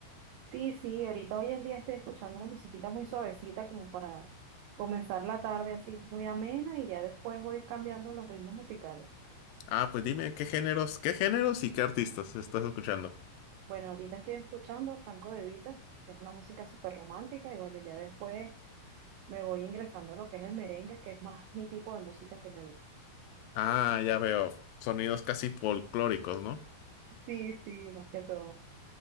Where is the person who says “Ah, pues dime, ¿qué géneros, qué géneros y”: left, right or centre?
Left